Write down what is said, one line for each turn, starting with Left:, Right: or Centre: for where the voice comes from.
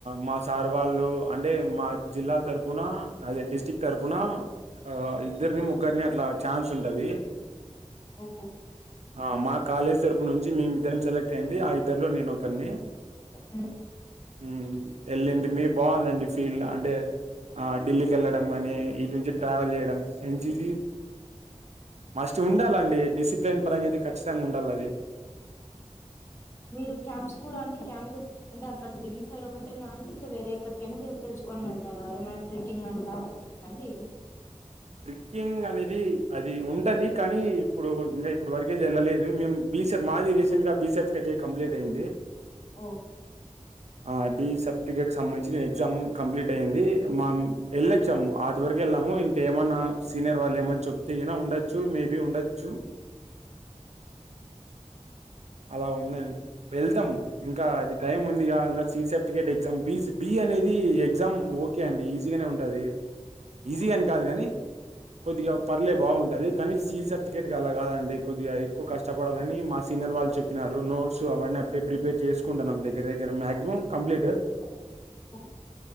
Right: మా సార్ వాళ్ళు అన్ అంటే మా జిల్లా తరుపునా అదే డిస్టిక్ తరుపునా ఆ ఇద్దరిని ముగ్గురిని అట్లా ఛాన్స్ ఉంటది.
Left: ఓహో
Right: ఆ మా కాలేజ్ తరపు నుంచి మేమి ఇద్దరం సెలెక్ట్ అయింటి ఆ ఇద్ ఇద్దర్లో నేను ఒకని
Left: ఉమ్
Right: ఉమ్ వెళ్ళింటిమి బాగుందండి ఫీల్ అంటే ఆ ఢిల్లీకి వెళ్లడం కానీ ఇటు నుంచి ట్రావెల్ చేయడం ఎన్. సి. సి మస్ట్ ఉండాలండి డిసిప్లేన్ పరంగా అయితే ఖచ్చితంగా ఉండాలి అది
Left: మీరు క్యాంప్స్ కూడా అంటె క్యాంప్స్ అంటే అక్కడ ఢిల్లీ సైడ్ ఒకటేనా అండి ఇంకా వేరే ఎక్కడికైనా వేరే పిల్చ్ <inaudible> కప్పుకొని వెళ్తారా ఏమైనా ట్రీక్కింగ్ అంతా ఉంటాయ అండి
Right: ట్రెక్కింగ్ అనేది అద్ ఇది ఉంటది కానీ ఇప్పుడు ఇగ ఇప్పుడు వరకె చేయల లేదు మేము బిస మాది రీసెంట్ గా బిస కటెక్ కంప్లీట్ అయింది
Left: ఓ
Right: ఆ బి సర్టిఫికేట్ క సంబంధించి నేను ఎగ్జామ్ కంప్లీట్ అయ్యింది మా ఎల్లె సం అద్ వరకు ఎళ్ళాము ఇం ఏమన్న సీనియర్ వాళ్ళు ఏమని చెప్తే ఈనా ఉండొచ్చు మేబి ఉండొచ్చు. అలా ఉందండి వెళ్తాం ఇంకా అది టైం ఉందిగా ఇంకా C certificate exam B certificate B అనేది ఎగ్జామ్ ఓకే అండి ఈజీగానే ఉంటది ఈజీగా
Left: ఓకే
Right: అని కాదు గానీ కొద్దిగా పర్లే బాగుంటది కానీ సీ సర్టిఫికెట్గా అలా కాదండి కొద్దిగా ఎక్కువ కష్టపడాలని మా సీనియర్ వాళ్ చెప్పినారు నోట్స్ అవన్నీ అప్పుడే ప్రిపేర్ చేసుకుంటాన్నామ్ దగ్గర దగ్గర మాక్సిమం కంప్లీట్
Left: అ